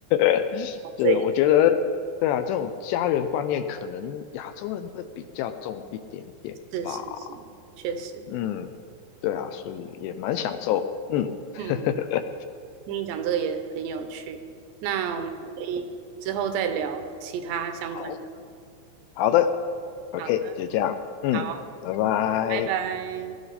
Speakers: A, on the left (about 80°); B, on the right (about 75°).
A: <laughs>
B: 好这个
A: 对，我觉得，对啊，这种家人观念可能亚洲人会比较重一点点吧。
B: 是是是，确实，
A: 嗯，对啊，所以也蛮享受。嗯，<laughs>
B: 嗯，听你讲这个也很有趣，那我们可以之后再聊其他相关的。
A: 好。好的，OK，
B: 好的，
A: 就这样。嗯，
B: 好，
A: 拜拜。
B: 拜拜。